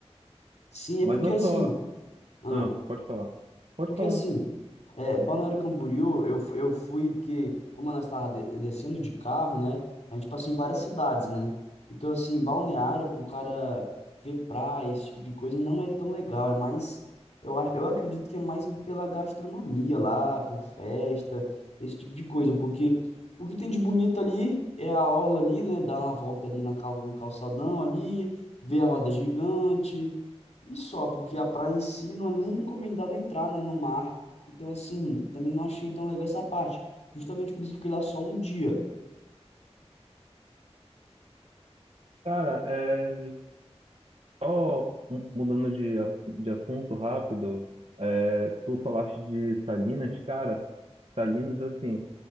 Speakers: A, on the left; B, on the right.
A: Sim, é
B: Mas
A: porque
B: eu
A: assim.
B: só,
A: Ah,
B: ah, pode falar, pode
A: Porque
B: falar.
A: assim, é, Balneário Camboriú, eu, fu- eu fui, porque como nós estávamos descendo de carro, né? A gente passou em várias cidades, né? Então, assim, balneário, para o cara ver praia, esse tipo de coisa, não é tão legal. É mais, eu, a- eu acredito que é mais pela gastronomia lá, por festa, esse tipo de coisa. Porque o que tem de bonito ali é a orla ali, né? Dar uma volta ali na, cal- no calçadão ali, ver a roda gigante. E só, porque a praia em si não é nem recomendado entrar, né, no mar. Então, assim, também não achei tão legal essa parte. Justamente por isso eu fiquei lá só um dia.
B: Cara, é, ó, mu- mudando de, ass- de assunto rápido, é, tu falaste de Salinas, cara, Salinas, assim,